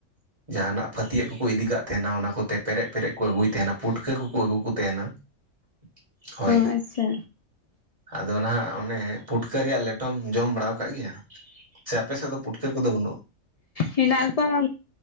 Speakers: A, on the right; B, on the left.
A: ᱡᱟᱦᱟᱸᱱᱟᱜ ᱯᱷᱟᱹᱛᱤᱭᱟᱹᱜ ᱠᱩᱠᱩ ᱤᱫᱤ ᱠᱟᱜ ᱛᱮᱦᱮᱱᱟ ᱚᱱᱟ ᱠᱚᱛᱮ ᱯᱮᱨᱮᱡ ᱯᱮᱨᱮᱡ ᱠᱚ ᱟᱹᱜᱩᱭ ᱛᱮᱦᱮᱱᱟ ᱯᱩᱴᱠᱟᱹ ᱠᱩᱠᱩ ᱟᱹᱜᱩ ᱠᱚ ᱛᱮᱦᱮᱱᱟ᱾ <unintelligible>
B: ᱚ ᱟᱪᱪᱷᱟ᱾
A: ᱟᱫᱚ ᱱᱟᱦᱟᱜ ᱚᱱᱮ ᱯᱩᱴᱠᱟᱹ ᱨᱮᱭᱟᱜ ᱞᱮᱴᱚᱢ ᱡᱚᱢ ᱵᱟᱲᱟᱣ ᱟᱠᱟᱫ ᱜᱮᱭᱟ? ᱥᱮ ᱟᱯᱮ ᱥᱮᱫ ᱫᱚ ᱯᱩᱴᱠᱟᱹ ᱠᱩᱫᱚ ᱵᱟᱹᱱᱩᱜ?
B: ᱦᱤᱱᱟᱜ ᱠᱚᱣᱟ